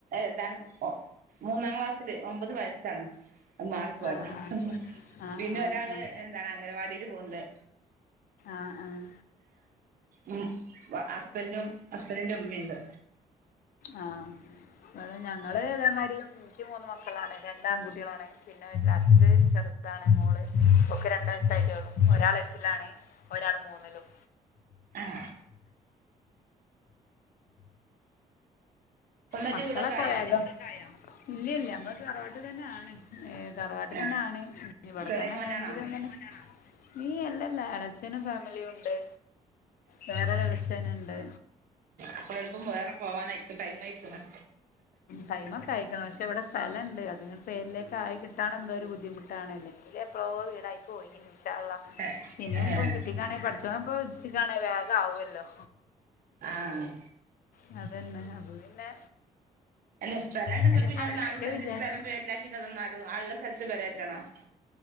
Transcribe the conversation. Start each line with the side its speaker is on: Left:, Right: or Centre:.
Right: എന്താണ് മൂന്നാം ക്ലാസ്സില് ഒമ്പത് വയസ്സാണ് അത് മാറി പോയതാ
Left: ആ ആ ആ
Right: പിന്നെ
Left: ആ
Right: ഒരാള് എന്താണ് അംഗനവാടിൽ പോവുന്നുണ്ട്
Left: ആഹ് ആഹ്
Right: ഉം ഹസ്ബൻ്റ് ഉം ഹസ്ബൻ്റ് ൻ്റെ ഉമ്മയുണ്ട്
Left: ആഹ് ഞങ്ങള് ഇതേമാരി എനിക്ക് മൂന്ന് മക്കളാണ് രണ്ട് ആൺകുട്ടികളാണ് പിന്നെ ലാസ്റ്റിൽ ചെറുതാണ് മോൾ ഓക്ക് രണ്ട് വയസ്സ് ആയിട്ടേ ഉള്ളു ഒരാൾ എട്ടിലാണ് ഒരാൾ മൂന്നിലും
Right: ആഹ് സ്വന്തായിട്ട്
Left: മക്കളൊക്കെ
Right: വീടൊക്കെ ആയോ
Left: വേഗം ഇല്ലല്ല ഞമ്മള് തറവാട്ട് തന്നെ ആണ് ഏ തറവാട്ടിൽന്നെ
Right: ആഹ്
Left: ആണ് ഇവിടെ
Right: ചെറിയ
Left: തന്നെ
Right: മോനാണോ
Left: എങ്ങനെങ്കിലും അങ്ങനെ ഈ അല്ലല്ല എളച്ചനും ഫാമിലിയും ഉണ്ട് വേറെ ഒരു എളച്ച ഛനുണ്ട്
Right: അപ്പ എളുപ്പം വേറെ പോവാനായിരിക്കും ടൈം ആയിക്ണ്
Left: ടൈമൊക്കെ ആയിക്ക്ന് പക്ഷെ ഇവിടെ സ്ഥലുണ്ട് അതി പേരിലേക്ക ആയി കിട്ടാ എന്തോ ഒരു ബുദ്ധിമുട്ട് കിട്ടിക്കാണെങ്കിൽ അല്ലെങ്കിൽ എപ്പോയേ വീടായി പോയിനീ ഇന്ഷാ അല്ലാഹ്
Right: ഏഹ്
Left: ഇനിയും ഇപ്പം കിട്ടിക്കാനേൽ പടച്ചോൻ വിധിച്ച് കാണേൽ ഇപ്പൊ വേഗം ആവൂല്ലോ
Right: ആഹ്
Left: ആഹ് അതന്നെ അപ്പ പിന്നെ
Right: അല്ല സ്ഥലം ഉണ്ടെങ്ക
Left: അങ്ങനെയൊക്കെ
Right: പിന്നെ നാല് സെൻ്റ്
Left: വിചാരിച്ച്
Right: സ്ഥലം പേരിലാക്കി തന്നാലും ആ ഉള്ള സ്ഥലത്ത് പെര കേറ്റണം